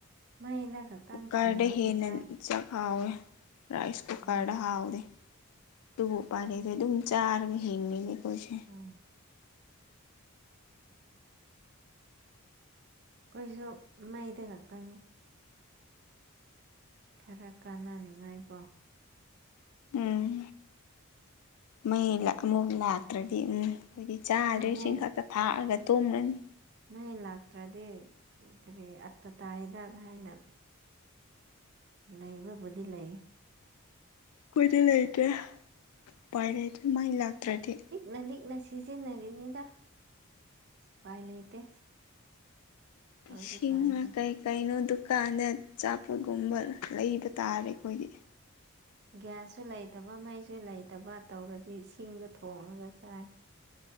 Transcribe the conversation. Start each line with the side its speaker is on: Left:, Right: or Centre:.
Right: ꯃꯩꯅ ꯈꯛꯇꯪ
Left: ꯀꯨꯀꯔꯗ
Right: ꯊꯣꯡꯉꯒ
Left: ꯍꯦꯟꯅ
Right: ꯆꯥꯏ
Left: ꯆꯥꯛ ꯍꯥꯎꯑꯦ ꯔꯥꯏꯁ ꯀꯨꯀꯔꯗ
Right: ꯎꯝ
Left: ꯍꯥꯎꯗꯦ ꯇꯨꯕꯨ ꯎꯄꯥꯏ ꯂꯩꯇꯦ ꯑꯗꯨꯝ ꯆꯥꯔꯒ ꯍꯤꯡꯉꯤꯅꯦ ꯀꯣꯁꯦ
Right: <unintelligible> ꯈꯣꯏꯁꯨ ꯃꯩꯗ ꯈꯛꯇꯪꯅꯤ ꯈꯔ ꯀꯥꯟꯅꯅꯤꯉꯥꯏꯀꯣ
Left: ꯎꯝ ꯃꯩ ꯂꯛ ꯑꯃꯨꯛ ꯂꯥꯛꯇ꯭ꯔꯗꯤ ꯎꯝ ꯑꯩꯈꯣꯏꯗꯤ ꯆꯥꯗ꯭ꯔꯦ ꯏꯁꯤꯡ
Right: ꯃꯩ
Left: ꯈꯛꯇ ꯊꯥꯛꯑꯒ ꯇꯨꯝꯂꯅꯤ
Right: ꯃꯩ ꯂꯥꯛꯇ꯭ꯔꯗꯤ ꯀꯔꯤ ꯑꯠꯇ ꯇꯥꯏꯗ ꯍꯥꯏꯅ ꯅꯩꯕꯕꯨꯗꯤ ꯂꯩ
Left: ꯀꯣꯏꯗꯤ ꯂꯩꯇ꯭ꯔꯦ ꯄꯥꯏ ꯂꯩꯇ꯭ꯔꯦ ꯃꯥꯏ ꯂꯥꯛꯇ꯭ꯔꯗꯤ
Right: ꯅ ꯂꯤꯛꯅ ꯁꯤꯖꯤꯟꯅꯔꯤꯅꯤꯗ ꯎꯄꯥꯏ ꯂꯩꯇꯦ ꯍꯧꯖꯤꯛꯀꯥꯟꯁꯦ
Left: ꯏꯁꯤꯡꯅ ꯀꯥꯏ ꯀꯩꯅꯣ ꯗꯨꯀꯥꯟꯗ ꯆꯥꯄꯣꯠꯀꯨꯝꯕ ꯂꯩꯕ ꯇꯥꯔꯦ ꯑꯩꯈꯣꯏꯗꯤ
Right: ꯒ꯭ꯌꯥꯁꯁꯨ ꯂꯩꯇꯕ ꯃꯩꯁꯨ ꯂꯩꯇꯕ ꯇꯧꯔꯗꯤ ꯁꯤꯡꯗ ꯊꯣꯡꯉꯒ ꯆꯥꯏ